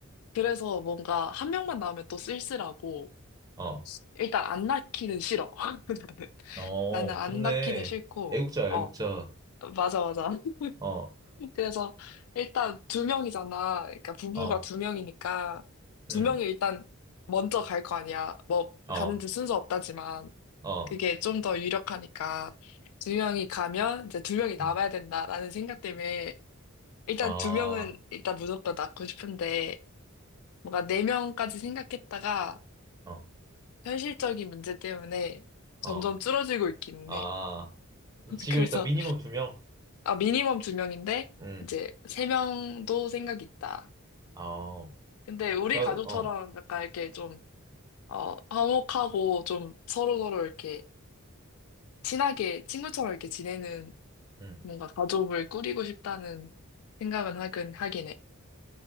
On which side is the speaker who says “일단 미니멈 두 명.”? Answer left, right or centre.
Right